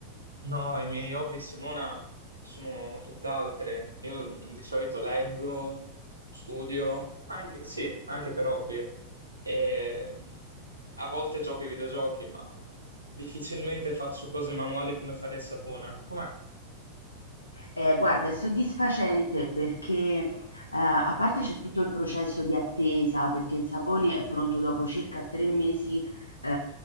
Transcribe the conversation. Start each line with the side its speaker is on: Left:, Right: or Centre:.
Right: No, i miei hobby, Simona, sono tutt'altre. Io mh, di solito leggo, studio, anche, sì, anche per hobby. E, mh, a volte gioco ai videogiochi, ma difficilmente faccio cose manuali come fare il sapone. Com'è?
Left: Eh, guarda, è soddisfacente perché, eh, a parte c'è tutto il processo di attesa, perché il sapone è pronto dopo circa tre mesi, eh,